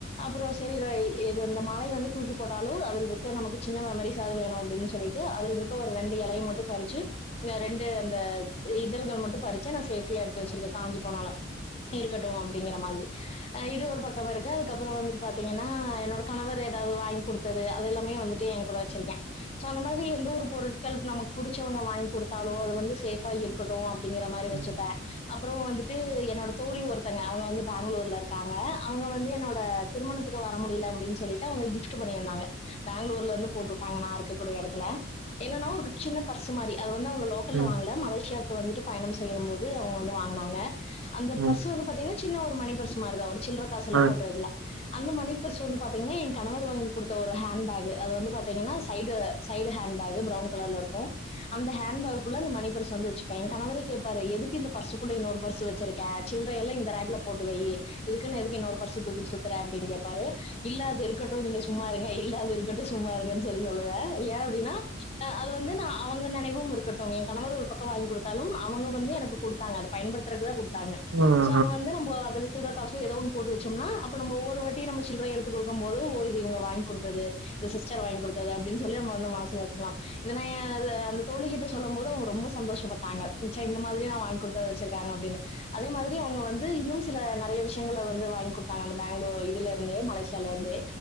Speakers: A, on the left; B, on the right.
A: அப்புறோ சேரி ர எது வந்த மலைய வந்து தூக்கி போட்டாலு அதுல இருக்க நமக்கு சின்ன மெமரிஸ் ஆவது வேணு அப்டின்னு சொல்லிட்டு அதுல இருக்க ஒரு ரெண்டு எலைய மட்டு பறிச்சு அ ரெண்டு அந்த இதழ்கள் மட்டு பறிச்சு நா சேஃப்டியா எடுத்து வச்சிருக்கே காஞ்சு போனாலு இருக்கட்டு அப்டிங்கிற மாதிரி அஹ இது ஒரு பக்கம் இருக்க அதுக்கப்புறோ வந்துட்டு பாத்தீங்கன்னா என்னோட கணவர் ஏதாவது வாங்கி குடுத்தது அது எல்லாமே வந்துட்டு எ கூட வச்சிருக்கே சோ அந்த மாதிரி எந்த ஒரு பொருட்கள் நமக்கு புடிச்சவங்க வாங்கி குடுத்தாலோ அது வந்து சேஃபா இருக்கணு டும் அப்டிங்கிற மாரி வெச்சுப்ப
B: ம் ம்
A: அப்புறோ வந்துட்டு என்னோட தோழி ஒருத்தங்க அவங்க வந்து பெங்களூர் இல இருக்காங்க அவங்க வந்து என்னோட திருமணத் ட்டுக்க வர முடியல அப்டின்னு சொல்லிட்டு அவங்க கிஃப்ட் பண்ணி இருந்தாங்க பேங்களூர்ல இருந்து போட்டு உட்டாங்க நா இரு இருக்க கூடிய எடத்துல என்னன்னா ஒரு சின்ன பர்சு மாரி அது வந்து அவங்க லோக்கல்ல
B: ம் ம்
A: வாங்கல மலேசியா க்கு வந்துட்டு பயணம் செய்யும் போது அவங்க வந்து வாங்குனாங்க அந்த
B: ம்
A: பர்சு
B: ம் ம்
A: வந்து பாத்தீங்கன்னா சின்ன ஒரு மணி பர்சு மாரிதா ஒரு சில்லற காசு
B: ம் ம் ம் ம் ம் ம் ம்
A: எல்லா போட்டு வெக்கிலா அந்த மணி பர்ஸ் வந்து பாத்தீங்கன்னா எ கணவர் வாங்கி குடுத்த ஒரு ஹேண்ட் பேக்கு அது வந்து பாத்தீங்கன்னா side side handbag brown கலர்ல இருக்கு அந்த ஹேண் பேக்குள்ள அந்த மணி பர்சு சந்து வச்சுப்பே எ கணவரே கேப்பாரு எதுக்கு இந்த பர்ஸு குள்ள இன்னொரு பர்ஸ் வச்சிருக்க சில்ரை எல்லா இந்த ரேக்ல போட்டு வையி இதுக்குனு எதுக்கு இன்னொரு பர்ஸ தூக்கிட்டு சுத் த்ர அப்டின்னு கேப்பாரு இல்ல அது இருக்கட்டு நீங்க சொ சும்மா இருங்க இல்லாது இருக்கட்டு சும்மா இருங்கறன்னு சொல்லி சொல்லுவே ஏ அப்டின்னா அது வந்து நா அவங்க நெனைவும் இருக்கட்டும் எ கணவரு ஒரு பக்க வாங்கி குடுத்தாலு அவங்க வந்து எனக்கு குடுத்தாங்க அது பயன்படுத்துறக்குத குடுத்த தாங்க
B: ம்
A: சோ அத வந்து நம்ம அதுல சில்ர காசோ எதோ ஒன்னு போட்டு வச்சோம்னா அப்போ நம்ம ஒவ்வொருவாட்டி நம்ம சில்ர எடுத்து கொடுக்கும் போதும் ஓ இது இவங்க குடுத்தது இது சி்ஸ்டர் வாங்கி குடு தது அப்டின்னு சொல்லி நம்ம வந்து மனசுல வச்சிக்கலா இல்லன்னா <unintelligible> தோழிக்கிட்ட சொல்லம் போது அவங்க ரொம்ப சந்தோஷப்பட்டாங்க சரி இந்த மாரி நா வாங்கி கொடுத்து அனுப்புச்ச தாங்க அப்டின்னு அதே மாதிரி அவங்க வந்து இன்னும் சில நா நெறய விஷயங்கள வந்து வாங்கி குடுத்தாங்க அந்த பேங்ளூர் இதுல இருந்து மலேசி சியால இருந்து